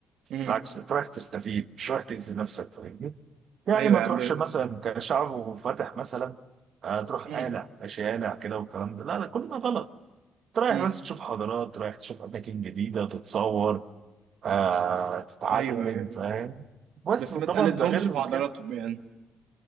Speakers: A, on the right (about 80°); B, on the right (about 55°).
A: امم
B: بالعكس انت رايح تستفيد مش رايح تأذي نفسك فاهمني يعني
A: ايوه
B: ما
A: يا
B: تروحش
A: عم ب-
B: مثلا كشعب منفتح مثلا آه تروح قالع
A: امم
B: شارع كده والكلام ده لا لا كل ده غلط انت رايح
A: أمم.
B: بس تشوف حضارات رايح تشوف اماكن جديدة تتصور آه تتعلم
A: ايوه ايوه
B: فاهم بس
A: بس
B: طبعا
A: ما تقلدهمش
B: ده غير
A: في عضلاتهم
B: كده
A: يعني